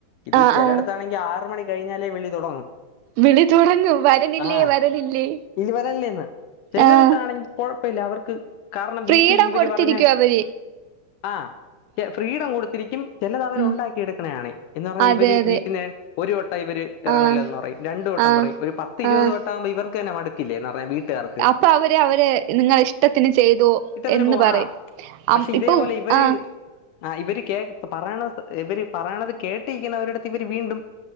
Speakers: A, on the left; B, on the right.
A: ഇത്
B: ആഹ്
A: ചിലയിടത്താണെങ്കി
B: ആഹ്
A: ആറ് മണി കഴിഞ്ഞാലേ വിളി തുടങ്ങും
B: വിളി തുടങ്ങും വരണില്ലേ
A: ആഹ്
B: വരണില്ലേ
A: ഇയ്യ് വരല്ലേന്ന് ചിലടുത്താണെങ്കി
B: ആഹ്
A: കൊഴപ്പല്ല അവർക്ക് കാരണം
B: ഫ്രീഡം
A: വീട്ടിൽ ഇവര്
B: കൊടുത്തിരിക്കും
A: പറഞ്ഞ
B: അവര്
A: ആഹ് ഫ്രീഡം കൊടുത്തിരിക്കും ചിലത് അവർ
B: ഉം
A: ഉണ്ടാക്കി എടുക്കണാണ് എന്ന് പറഞ്ഞാൽ
B: അതെ
A: ഇവര്
B: അതെ
A: വീട്ട്ല് ഒരു വട്ടം ഇവര് ഇറങ്ങല്ലന്ന്
B: ആഹ്
A: പറയും രണ്ടുവട്ടം
B: ആഹ്
A: പറയും ഒരു പത്തിരുപത്
B: ആഹ്
A: വട്ടാഉമ്പോ ഇവർക്കന്നെ മടുക്കില്ലേ എന്ന് പറയാൻ വീട്ടുകാർക്ക്
B: അപ്പ അവര് അവരെ നിങ്ങ ഇഷ്ടത്തിന് ചെയ്തോ
A: ഇട്ടതിന്
B: എന്ന്
A: പോ
B: പറയും
A: ആ പക്ഷെ
B: അം
A: ഇതേപോലെ
B: ഇപ്പൊ
A: ഇവര്
B: ആഹ്
A: ആഹ് ഇവര് കേ പറയണ ഇവര് പറയണത് കേട്ടിരിക്കനവരുടുത്ത് ഇവര് വീണ്ടും